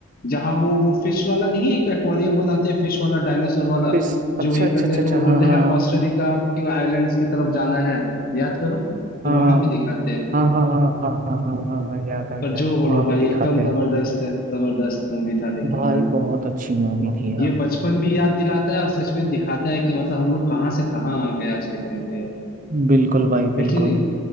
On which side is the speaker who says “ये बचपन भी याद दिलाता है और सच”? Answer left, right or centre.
Left